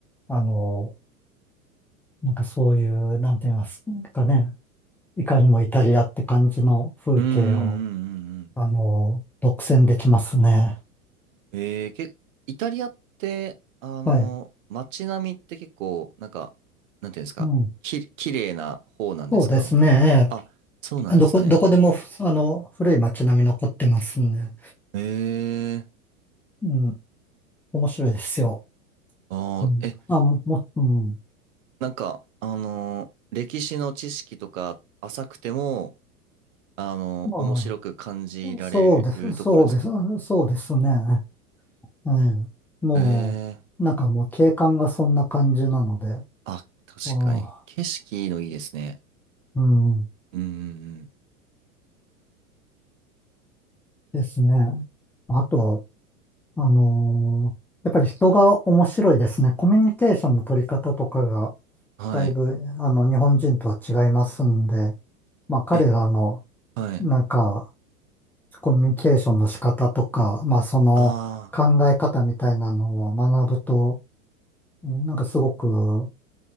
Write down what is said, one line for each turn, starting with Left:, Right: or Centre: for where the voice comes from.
Centre: あのーなんかそういう、なんて言いますかね、いかにもイタリアって感じの風景を
Right: うんうんうんうんうん。
Centre: あの、独占できますね。
Right: ええー、け、イタリアって、あの、
Centre: はい。
Right: 街並みって結構、なんか、なんていうんですか、
Centre: うん。
Right: き、綺麗な方なんですか
Centre: そうですね。
Right: あ、そうなんですね。
Centre: どこ、どこでも、あの、古い街並み残ってますんで。
Right: ええー。
Centre: うん。面白いですよ。
Right: ああ、
Centre: うん。
Right: え、
Centre: あ、も、も、うん。
Right: なんか、あの、歴史の知識とか浅くても、あの、
Centre: ま
Right: 面白く感じられるところですか
Centre: あ、そうです、そうです、そうですね。ええ。もう、
Right: ええ
Centre: なんかもう景観がそんな感じなので。あ
Right: あ、確かに。
Centre: あ、
Right: 景色のいいですね。
Centre: うん。
Right: うんうん
Centre: ですね。あと、あのーやっぱり人が面白いですね。コミュニケーションの取り方とかが、
Right: うん。はい。
Centre: だいぶ、あの、日本人とは違いますんで、まあ、彼らの、
Right: え、はい。
Centre: なんか、コミュニケーションの仕方とか、まあ、その考え方みたいなのを学ぶと、
Right: あ
Centre: なんかすごく、